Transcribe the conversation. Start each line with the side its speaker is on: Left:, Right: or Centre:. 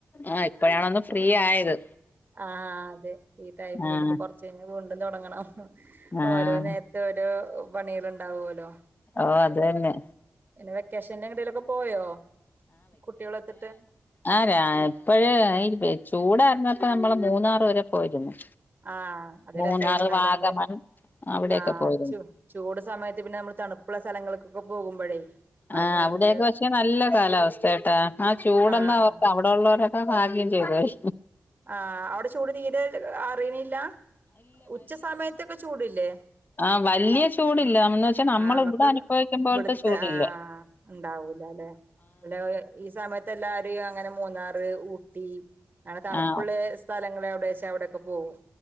Left: ആഹ് ഇപ്പോഴാണ ഒന്ന് ഫ്രീ ആയത്.
Right: ആഹ് അതെ ഈ ടൈമിൽ
Left: ആഹ്
Right: ഇനിപ്പോ കൊറച്ച വീണ്ടും തുടങ്ങണം
Left: ആഹ്
Right: ഓരോ നേര ഒരോ പണിയാൽ ഉണ്ടാവല്ലോ?
Left: ആഹ് അതന്നെ.
Right: പിന്നെ വെക്കേഷനെടെലൊക്കെ പോയോ കുട്ടികളത്തിട്ട്?
Left: ആരാ ഇപ്പഴേ ചൂടരഞ്ഞപ്പോ നമ്മള് മൂന്നാറ് വരെ പോയിരുന്നു.
Right: ആഹ് അത്
Left: മൂന്നാറ്
Right: രസമായിട്ടുണ്ടാവലേ
Left: വാഗമൺ
Right: നമ്മള്
Left: അവിടെയൊക്കെ
Right: ആ
Left: പോയിരുന്നു
Right: ച്ചു ചൂട് സമയത്ത് പിന്നെ നമ്മൾ തണുപ്പുള്ള സ്ഥലങ്ങൾക്കൊക്കെ പോകുമ്പോഴേ അത്
Left: ആഹ്
Right: നല്ലൊരു
Left: അവിടെയൊക്കെ പക്ഷേ നല്ല കാലാവസ്ഥയട്ടാ ആ ചൂടന്ന
Right: ആഹ്
Left: അവർക്ക
Right: ആഹ്
Left: ള്ളവരൊക്കെ ഭാഗ്യം ചെയ്തായി
Right: ആഹ് അവിടെ ചൂട് തീരെ അറിയ്ണില്ല ഉച്ച സമയത്തൊക്കെ ചൂടല്ലേ?
Left: ആഹ് വല്ല്യ ചൂടില്ല നമ്മന്ന് വെച്ചാ നമ്മള
Right: ആഹ് നമ്മക്കൊരു
Left: ഇവിടെ അനുഭവിക്കുമ്പോലത്തെ
Right: ഇവിടുത്തെ
Left: ചൂട
Right: ആഹ്
Left: ഇല്ല.
Right: ഉണ്ടാവൂലല്ലെ? <unintelligible> ഈ സമയത്ത് എല്ലാരും അങ്ങനെ മൂന്നാറ് ഊട്ടി അങ്ങനെ തണു
Left: ആ
Right: സ്ഥലങ്ങള എവിടെച്ചാ അവിടെക്കെ പോകും